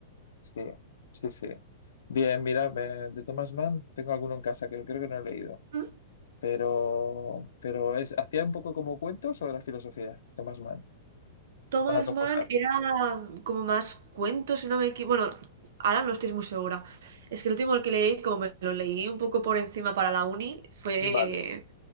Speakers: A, on the left; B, on the right.
A: sí, sí, sí. Bien, mira, me- de Thomas Mann tengo alguno en casa que creo que no he leído.
B: ¿Mm?
A: pero, pero es, hacía un poco como cuento sobre la filosofía, Thomas Mann.
B: Thomas
A: Son las dos
B: Mann
A: cosas.
B: era como más cuentos, si no me equivoco. Bueno, ahora no estoy muy segura. Es que el último que leí, como me lo leí un poco por encima para la uni, fue,
A: Vale.